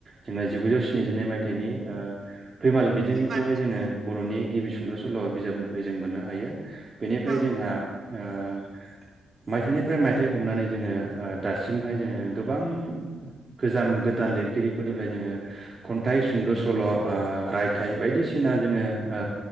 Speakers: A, on the right (about 35°); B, on the right (about 50°).
A: जोङो जिगुजौ स्निजिनै मायथाइनि ओ फैमाल मिजिंखौहाय
B: सैमा बिसंखौ
A: जोङो बर'नि गिबि सुंद' सल' बिजाब महरै जों मोननो हायो। बेनिफ्राय
B: औ
A: जोंहा ओ मायथाइनिफ्राय मायथाइ हमनानै जोङो ओ दासिमहाय जोङो गोबां गोजाम गोदान लिरगिरिफोरनिफ्राय जोङो खन्थाइ सुंद' सल' ओ राय फिथाइ बायदिसिना जोङो ओ